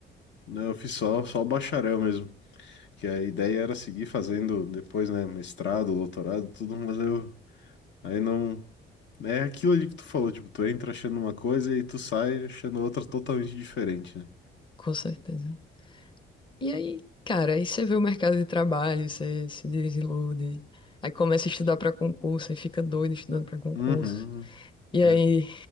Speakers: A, on the left; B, on the left.
A: Não, eu fiz só só bacharel mesmo, que a ideia era seguir fazendo depois, né, mestrado, doutorado, tudo, mas eu aí não é aquilo ali que tu falou, tipo, tu entra achando uma coisa e tu sai achando outra totalmente diferente, né?
B: Com certeza. E aí, cara, aí você vê o mercado de trabalho, você se desilude. Aí começa a estudar pra concurso, aí fica doido estudando pra concurso.
A: Uhum.
B: E
A: É.
B: aí,